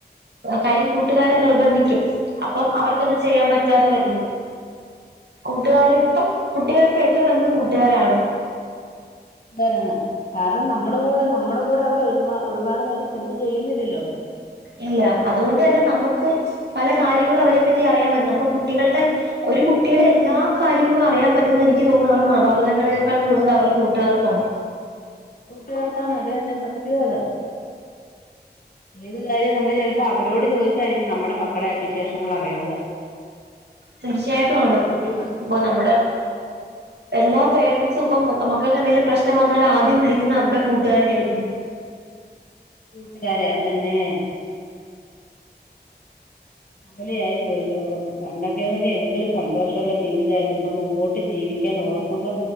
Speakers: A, on the right; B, on the left.
A: കാര്യം കൂട്ടുകാരെ നിർബന്ധിക്കും അപ്പം അവർക്കത് ചെയ്യാൻ പറ്റാതെ വരില്ലെ കൂട്ടുകാരി ഇപ്പം കുട്ടികൾക്ക് ഏറ്റവും വലുതെ കൂട്ടുകാരാണ്
B: രാണ് കാരണം നമ്മുടെ കൂടെ നമ്മുടെ കൂടെ അവരെ ഒരു ഒരുപാട് നേരം സ്പെൻന്റ് ചെയ്യുന്നില്ലല്ലോ.
A: ഇല്ല അത്കൊണ്ട് തന്നെ നമുക്ക് പല കാര്യങ്ങളും അവരെ പറ്റി അറിയാൻ പറ്റുന്ന ഇപ്പൊ കുട്ടികളുടെ ഒരു കുട്ടിയുടെ എല്ലാ കാര്യങ്ങളും അറിയാൻ പറ്റുന്ന എനിക്ക് തോന്നുന്ന അവരുടെ മാതാപിതാക്കളെക്കാൾ കൂടുതൽ അവരുടെ കൂട്ടുകാർക്കാന്ന
B: കൂട്ടുകാർക്കാണൊ അതെ അതെ സത്യാത് ഏത് കാര്യം നമ്മള് ചെല്പ്പൊ അവരോട് ചോദിച്ചായിരിക്കും നമ്മടെ മക്കളെ വിശേഷങ്ങളെ അറിയണത്
A: തീർച്ചയായിട്ടും ആണ്
B: അവര്
A: ഇപ്പൊ നമ്മടെ എല്ലാ പേരൻസും ഇപ്പം നമുക്കക്കെന്തേലും പ്രശ്നം വന്നാല് ആദ്യം വിളിക്കുന്ന അവരുടെ കൂട്ടുകാരെ ആയിരിക്കും
B: കൂട്ടുകാരെ അത് തന്നെ പോലെ ആയി പോയി ലോകം. പണ്ടൊക്കെ എന്തൊരു സന്തോഷള്ള ജീവിതായിരുന്നു ഇപ്പൊ മുമ്പോട്ട് ജീവി ക്കേന് ഓർക്കുമ്പൊ